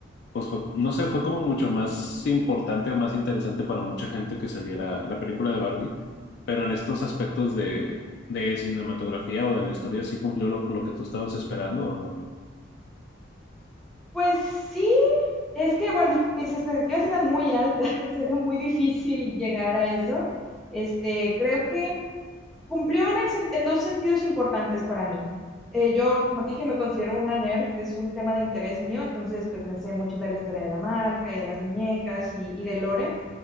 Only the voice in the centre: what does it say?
Pues sí, es que bueno, mis expectativas eran muy altas, <laughs> era muy difícil llegar a eso. Este, creo que cumplió en, el sen- en dos sentidos importantes para mí. Eh, yo, como te dije, me considero una nerd, es un tema de interés mío, entonces pues me sé mucho de la historia de la marca y de las muñecas y, y de lore.